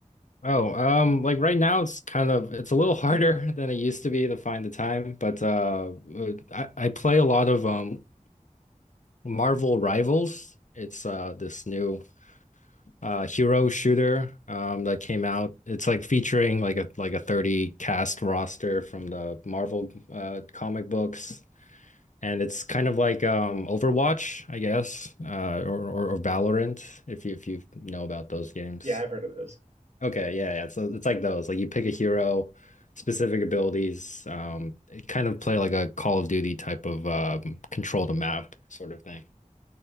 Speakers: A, on the left; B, on the right.
A: Oh, um like right now it's kind of it's a little harder <laughs> than it used to be to find the time, but uh uh, I, I play a lot of um Marvel Rivals. It's uh this new uh hero shooter um that came out. It's like featuring like a like a 30 cast roster from the Marvel uh comic books. and it's kind of like um, Overwatch, I guess, uh, or, or or Valorant, if you if you know about those games.
B: Yeah, I've heard of those.
A: Okay, yeah, yeah. So it's like those. Like you pick a hero, specific abilities. Um, it kind of play like a Call of Duty type of um, control the map sort of thing.